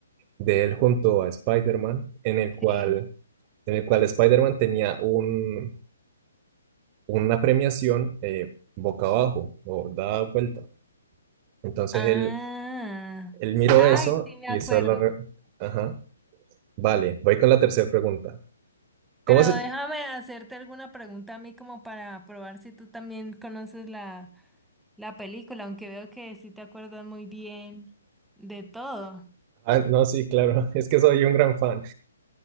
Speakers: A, on the right; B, in the centre.
A: de él junto a Spider-Man, en el cual,
B: Sí.
A: en el cual Spider-Man tenía un, una premiación eh, boca abajo o dada vuelta. Entonces
B: Ah,
A: él, él
B: s-
A: miró
B: ay,
A: eso
B: sí me
A: y
B: acuerdo.
A: esa es la... re- Ajá. Vale, voy con la tercera pregunta. ¿Cómo
B: Pero
A: se...?
B: déjame hacerte alguna pregunta a mí como para probar si tú también conoces la, la película, aunque veo que sí te acuerdas muy bien de todo.
A: Ah, no, sí, claro, <laughs> es que soy un gran fan.